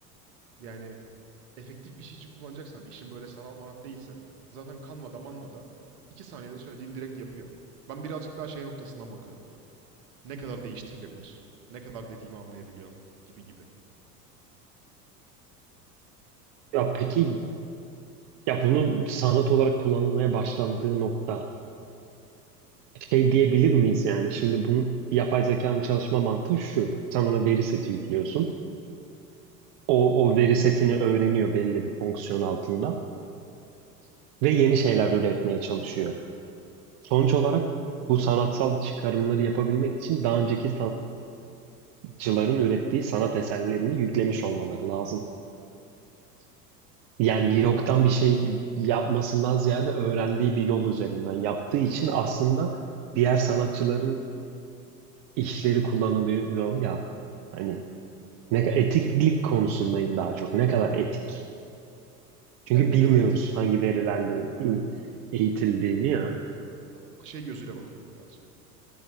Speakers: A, on the right; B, on the right.
A: yani efektif bir şey için kullanacaksan, işin böyle sanat manat değilse, zaten Canva'da Manva'da 2 saniyede söylediğin direkt yapıyor. Ben birazcık daha şey noktasından bakıyorum olaya ne kadar değiştirilebilir, ne kadar dediğimi anlayabiliyor gibi gibi.
B: Ya peki ya bunun sanat olarak kullanılmaya başlandığı nokta şey diyebilir miyiz yani? Şimdi bunun yapay zekanın çalışma mantığı şu. Sen ona veri seti yüklüyorsun. O, o veri setini öğreniyor belli bir fonksiyon altında
A: Evet,
B: ve yeni şeyler üretmeye çalışıyor. Sonuç
A: evet,
B: olarak bu sanatsal çıkarımları yapabilmek için daha önceki sanatçıların ürettiği sanat eserlerini yüklemiş olmaları lazım.
A: evet.
B: Yani yoktan bir şey yapmasından ziyade öğrendiği bir yol üzerinden yaptığı için aslında diğer sanatçıların işleri kullanılıyor ya. Hani
A: Aynen öyle.
B: ne
A: Aynen
B: etiklik
A: öyle.
B: konusundayım daha çok. Ne kadar etik? Çünkü
A: Yani ne
B: bilmiyoruz
A: kadar etik?
B: hangi verilerle ü- eğitildiğini ya.
A: Ben buna şey gözüyle bakıyorum birazcık.